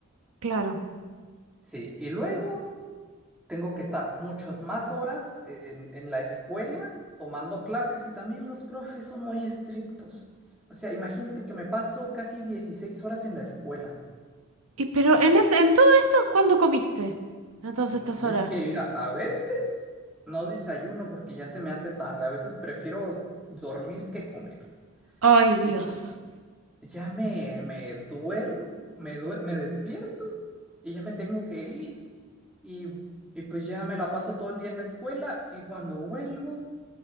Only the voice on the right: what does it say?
claro.
Y pero
en ese, en todo esto, ¿cuándo comiste? En todas
estas horas.
Ay, Dios.